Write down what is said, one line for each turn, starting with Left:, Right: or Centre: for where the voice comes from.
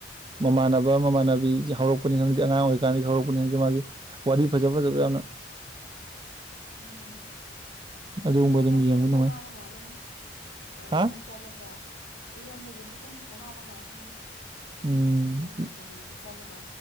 Right: ꯃꯃꯥꯟꯅꯕ ꯃꯃꯥꯟꯅꯕꯤꯁꯦ ꯍꯧꯔꯛꯄꯅꯤ ꯈꯪꯗꯦ ꯑꯉꯥꯡ ꯑꯣꯏꯔꯤꯀꯥꯟꯗꯒꯤ ꯍꯧꯔꯛꯄꯅꯤ ꯈꯛꯇꯦ ꯃꯥꯒꯤ ꯋꯥꯔꯤ ꯐꯖ ꯐꯖꯕ ꯌꯥꯝꯅ
Left: ꯎꯝ <inaudible>
Right: ꯑꯗꯨꯒꯨꯝꯕ
Left: ꯑꯌꯥꯝꯕꯗꯤ
Right: ꯑꯗꯨꯝ ꯌꯦꯡꯕ ꯅꯨꯡꯉꯥꯏ
Left: ꯐꯨ ꯅꯥꯕ ꯉꯥꯛꯒꯅꯤ ꯒꯥꯔꯤꯗ
Right: ꯍꯥ
Left: ꯆꯠꯂꯒ ꯑꯌꯥꯝꯕꯒꯤꯗꯤ ꯑꯗꯨꯝ ꯐꯨꯅꯕ ꯉꯥꯛꯇꯅꯦꯕ
Right: ꯎꯝ
Left: ꯀꯔꯤꯅꯣ ꯒꯥꯔꯤꯗ ꯆꯠꯂꯒ